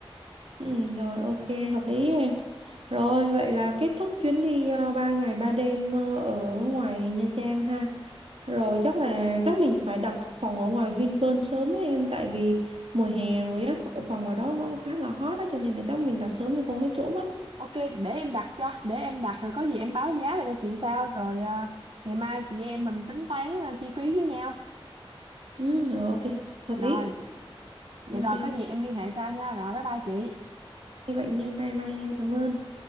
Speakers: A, on the right (about 75°); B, on the right (about 60°).
A: ừ rồi ok hợp lý em Rồi, vậy là kết thúc chuyến đi uh, 3 ngày 3 đêm ờ, ở ngoài Nha Trang ha. Rồi chắc là chắc mình phải đặt phòng ở ngoài Vinpearl sớm ấy em tại vì mùa hè rồi á, phòng ngoài đó nó cũng khá là hot á cho nên là chắc mình đặt sớm thì không hết chỗ mất.
B: ok để em đặt cho để em đặt rồi có gì em báo giá lại cho chị sao rồi à, ngày mai chị em mình tính toán à, chi phí với nhau
A: Ừ, rồi ok, hợp
B: Rồi,
A: lý.
B: vậy
A: Ok,
B: rồi có gì em liên hệ sau nha. Rồi bye bye chị.
A: như vậy nha, bye bye em, cảm ơn.